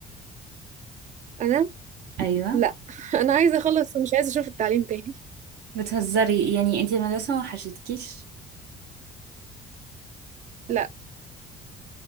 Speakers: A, on the right (about 45°); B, on the right (about 75°).
A: انا
B: ايوه
A: لا <laughs> انا عايزه اخلص ومش عايزه اشوف التعليم تاني
B: بتهزري يعني انتي المدرسة ما وحشتكيش
A: لا